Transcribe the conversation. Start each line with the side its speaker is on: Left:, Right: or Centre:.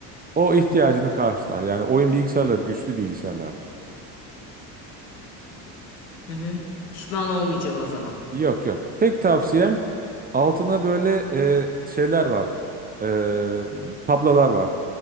Right: o ihtiyacını karşılar. Yani oyun bilgisayarları güçlü bilgisayarlardır.
Left: Hı hı. Pişman olmayacağım o zaman.
Right: Yok yok. Tek tavsiyem altına böyle e, şeyler var. E, tablalar var.